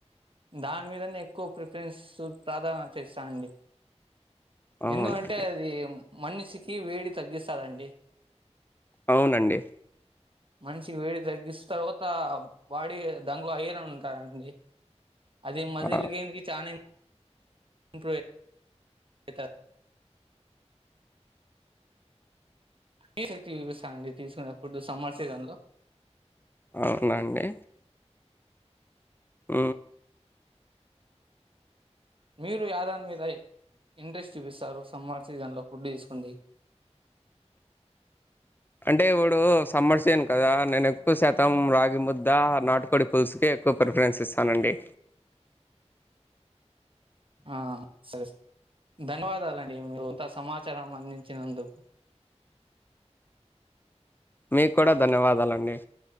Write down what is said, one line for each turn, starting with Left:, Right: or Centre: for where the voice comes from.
Right: దాని మీదనే ఎక్కువ ప్రిఫరెన్స్ ప్రాధాన్యత ఇస్తా అండి
Left: అవునండి
Right: ఎందుకంటే అది మనిషికి వేడి తగ్గిస్తదండి
Left: అవునండి
Right: మనిషికి వేడి తగ్గిస్త తర్వాత బాడీ దంగలో ఐరన్ ఉంటారండి అది మజిల్
Left: ఆ
Right: గైన్ కి చాలా ఇంప్రూవ్ అయితది తీసక్తి చూపిస్తా అండి తీసుకున్నప్పుడు సమ్మర్ సీజన్ లో
Left: అవునాండి ఊ
Right: మీరు యాదానిమీద ఇంట్రెస్ట్ చూపిస్తారు సమ్మార్ సీజన్ లో ఫుడ్ చేసుకోండి
Left: అంటే ఇప్పుడు సమ్మర్ సీజన్ కదా నేను ఎక్కువ శాతం రాగి ముద్ద నాటుకోడి పులుసుకే ఎక్కువ ప్రిఫరెన్స్ ఇస్తానండి
Right: ఆ సరే ధన్యవాదాలండి మీరు ఇంత సమాచారం అందించినందుకు <inaudible>
Left: మీకు కూడా ధన్యవాదాలండి